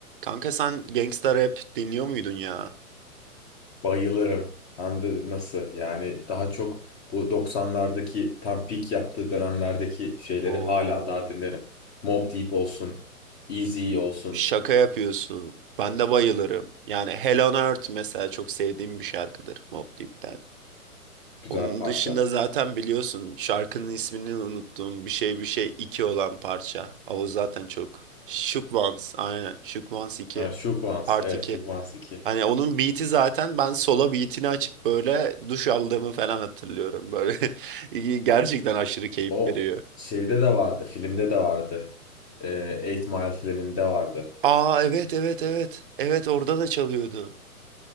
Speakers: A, on the right; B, on the left.
A: Kanka sen gangsta rap dinliyor muydun ya?
B: Bayılırım. Hem de nasıl yani daha çok bu doksanlardaki tam peak yaptığı dönemlerdeki şeyleri
A: Oo,
B: hala daha dinlerim. Mobb Deep olsun, Eazy olsun.
A: şaka yapıyorsun. Ben de bayılırım. Yani Hell on Earth mesela çok sevdiğim bir şarkıdır Mobb Deep'ten.
B: Güzel
A: Onun
B: parça.
A: dışında zaten biliyorsun şarkının ismini unuttuğum bir şey bir şey 2 olan parça. O zaten çok. Shook Ones aynen. Shook Ones 2.
B: Ha, Shook Ones,
A: Part
B: evet
A: 2.
B: Shook Ones iki.
A: Hani onun beat'i zaten ben solo beat'ini açıp böyle duş aldığımı falan hatırlıyorum. Böyle <laughs> gerçekten aşırı keyif
B: O
A: veriyor.
B: şeyde de vardı, filmde de vardı. Ee, Eight Mile filminde vardı.
A: Aa evet evet evet. Evet orada da çalıyordu.